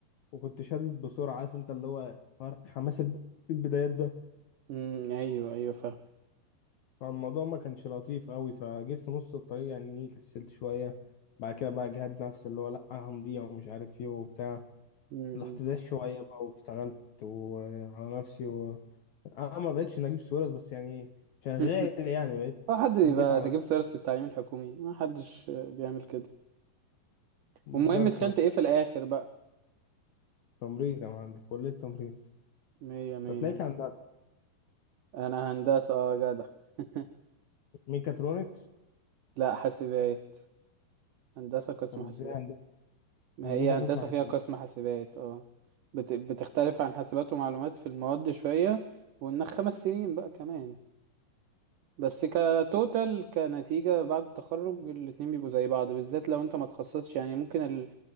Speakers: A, on the left (about 65°); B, on the right (about 80°).
A: وكنت شادد بسرعة عارف انت اللي هو فرق حماس الب- في البدايات ده
B: مم. أيوه أيوه فاهم
A: فالموضوع ما كانش لطيف قوي فجيت في نص الطريق يعني إيه، كسلت شوية بعد كده بقى جهاد نفسي اللي هو لأ هنضيع ومش عارف ايه وبتاع
B: مم.
A: رحت داس شوية بقى واشتغلت وعلى نفسي و... انا ما بقتش نجيب سويرس بس يعني شغال
B: مم. <laughs>
A: يعني بقيت
B: هو حد بيبقى
A: جيت على
B: ده جيب
A: نفسي
B: سيرس بالتعليم الحكومي ما حدش آه، بيعمل كده
A: بالظبط
B: والمهم دخلت
A: اه.
B: إيه في الآخر بقى؟
A: تمريض يا معلم كلية تمريض
B: مية مية
A: طب تلاقيك عند
B: أنا هندسة أه جدع <laughs>
A: ميكاترونكس
B: لا حاسبات هندسة قسم
A: طب
B: حاسبات
A: ازاي هند-
B: ما
A: هندسة
B: هي
A: قسم
B: هندسة
A: حسابات
B: فيها قسم حاسبات اه بت... بتختلف عن حاسبات ومعلومات في المواد شوية وإنك خمس سنين بقى كمان بس كتوتال كنتيجة بعد التخرج الاتنين بيبقوا زي بعض بالذات لو انت ما تخصصش يعني ممكن ال-